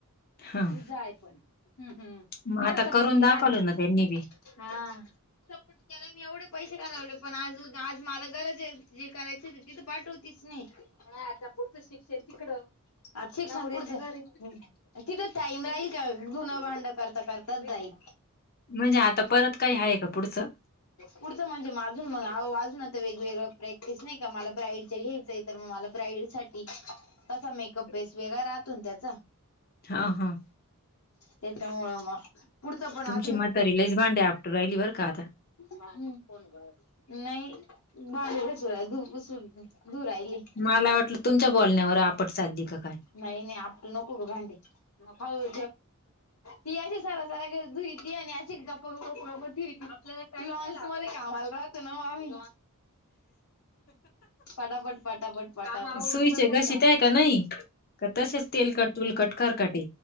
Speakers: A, on the left (about 45°); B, on the left (about 80°).
A: हं.
B: तुझ आहे पण, हम् हम् तेवढा
A: मग आता
B: सपोर्ट
A: करून
B: केला
A: दाखवलं
B: ना.
A: त्यांनी बी.
B: हा.. सपोर्ट केला. त्याला मी एवढे पैसे घालवले. पण आज, आज मला गरज आहे जे करायची ती तर पाठवतीच नाही. हा आता पुढच शिक्षण तिकडं, आ शिक्षण तिकड आणि तिथंच टाईम राहील का धूणं भांड करता करताच जाईल.
A: म्हणजे आता
B: एक
A: परत काय आहेय का पुढचं!
B: पुढचं म्हणजे माजून मग अजून आता वेगवेगळं प्रॅक्टिस नाही का मला ब्राईडच घ मग मला ब्राईडल साठी तसा मेकअप बेस वेगळा राहतो त्याचा
A: हां, हां.
B: त्याच्या मोळमा पुतप ना
A: च मात र ल इज मांडे आप्टरयल्ल बर का आता
B: बा फण ब नाही बाारीकचर धू राहिली
A: मला वाटलं तुमच्या बोलण्यावर आपट साधली का काय
B: नाही नाही आपड नको भांडी म खाऊ ती अशी सार सरा ुई ती आणि अशी ग् लॉन्च मध्ये कामाला राहतं ना आ्ही. पटापट पटापट पटापट करून
A: सुईचे
B: बघायचं
A: घशीट
B: आपल्या
A: आहे का नाही? का तसेच तेलकट तुलकट खरकाटे